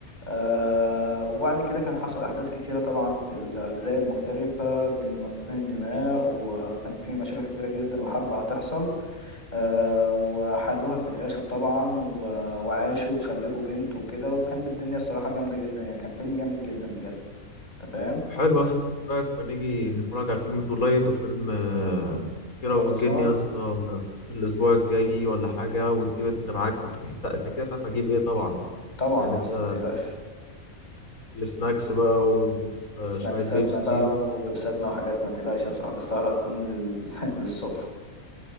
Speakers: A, on the left; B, on the left.
A: آه وبعد كده كان حصل أحداث كتيرة طبعا في الأجزاء المختلفة بين مصاصين الدماء وكان في مشاكل كبيرة جدا وحرب هتحصل آه وحلوها في الآخر طبعا و- وعاشوا وخلفوا بنت وكده وكانت الدنيا الصراحة جامدة جدا يعني كان فيلم جامد جدا بجد أنت فاهم؟
B: حلو يا اسطى إيه رايك ما نيجي نتفرج على فيلم تولايت وفيلم آه، كيرة
A: خلصان
B: والجن يا اسطى في الاسبوع الجاي ولا حاجه وتجيب انت معاك اكيد انت أنت كده تعرف هجيب ايه طبعا
A: طبعا
B: يعني
A: يا
B: انت
A: اسطى متقلقش
B: السناكس بقى وشويه
A: سناكساتنا
B: بيبسي
A: بقى وبيبساتنا وحاجاتنا متقلقش يا صاحبي السهرة هتكون لل... <laughs> للصبح